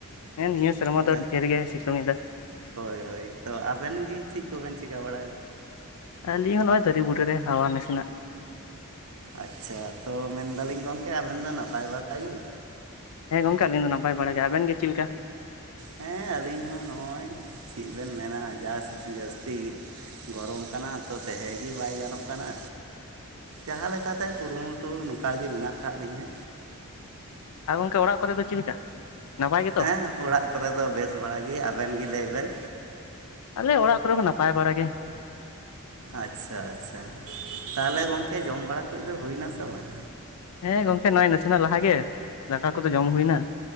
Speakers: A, on the left; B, on the right.
A: ᱦᱮᱸ ᱱᱤᱭᱟᱹ ᱥᱮᱨᱢᱟ
B: ᱦᱮᱸᱛᱚ
A: ᱫᱚ ᱰᱷᱮᱨ ᱜᱮ ᱥᱤᱛᱩᱝ ᱮᱫᱟ
B: ᱦᱳᱭ ᱦᱳᱭ ᱛᱚ ᱟᱵᱮᱱ ᱜᱮ ᱪᱮᱫ ᱠᱚᱵᱮᱱ ᱪᱤᱠᱟ ᱵᱟᱲᱟᱭᱮᱫᱟ
A: ᱟᱹᱞᱤᱧ ᱦᱚᱸ ᱱᱚᱜᱼᱚᱭ ᱫᱟᱨᱮ ᱵᱩᱴᱟᱨᱮ ᱦᱟᱣᱟ ᱱᱟᱥᱮᱱᱟᱜ
B: ᱟᱪᱪᱷᱟ ᱛᱚ ᱢᱮᱱᱫᱟᱞᱤᱧ ᱜᱚᱢᱠᱮ ᱟᱵᱮᱱ ᱫᱚ ᱱᱟᱯᱟᱭ ᱵᱟᱲᱟ ᱜᱮ
A: ᱦᱮᱸ ᱜᱚᱢᱠᱮ ᱟᱹᱞᱤᱧ ᱫᱚ ᱱᱟᱯᱟᱭ ᱵᱟᱲᱟᱭ ᱜᱮ᱾ ᱟᱵᱮᱱ ᱜᱮ ᱪᱮᱫ ᱞᱮᱠᱟ?
B: ᱦᱮᱸ ᱟᱹᱞᱤᱧ ᱦᱚᱸ ᱱᱚᱜ ᱚᱭ ᱪᱮᱫ ᱵᱮᱱ ᱢᱮᱱᱟ ᱡᱟᱥ ᱡᱟᱹᱥᱛᱤ ᱜᱚᱨᱚᱢ ᱠᱟᱱᱟ ᱛᱚ ᱛᱟᱦᱮ ᱜᱮ ᱵᱟᱭ ᱜᱟᱱᱚᱜ ᱠᱟᱱᱟ ᱡᱟᱦᱟᱸ ᱞᱮᱠᱟᱛᱮ ᱠᱩᱨᱩᱢᱩᱴᱩ ᱱᱚᱝᱠᱟ ᱜᱮ ᱢᱮᱱᱟᱜ ᱟᱠᱟᱫ ᱞᱤᱧᱟ᱾
A: ᱟᱨ ᱜᱚᱢᱠᱮ ᱚᱲᱟᱜ ᱠᱚᱨᱮ ᱫᱚ ᱪᱮᱫ ᱞᱮᱠᱟ ᱱᱟᱯᱟᱭ ᱜᱮᱛᱚ?
B: ᱦᱮᱸ ᱚᱲᱟᱜ ᱠᱚᱨᱮ ᱫᱚ ᱵᱮᱥ ᱵᱟᱲᱟ ᱜᱮ ᱟᱵᱮᱱ ᱜᱮ ᱞᱮᱭ ᱵᱮᱱ
A: ᱟᱞᱮ ᱚᱲᱟᱜ ᱠᱚᱨᱮ ᱦᱚᱸ ᱱᱟᱯᱟᱭ ᱵᱟᱲᱟᱜ ᱜᱮ᱾
B: ᱟᱪᱪᱷᱟ ᱟᱪᱪᱷᱟ ᱛᱟᱦᱮᱞᱮ ᱜᱚᱝᱠᱮ ᱡᱚᱢ ᱵᱟᱲᱟ ᱠᱚᱡ ᱫᱚ ᱦᱩᱭᱱᱟ ᱥᱮ ᱵᱟᱝ
A: ᱦᱮᱸ ᱜᱚᱝᱠᱮ ᱱᱚᱜᱚᱭ ᱱᱟᱥᱮᱱᱟᱜ ᱞᱟᱦᱟ ᱜᱮ ᱫᱟᱠᱟ ᱠᱚᱫᱚ ᱡᱚᱢ ᱦᱩᱭᱱᱟ᱾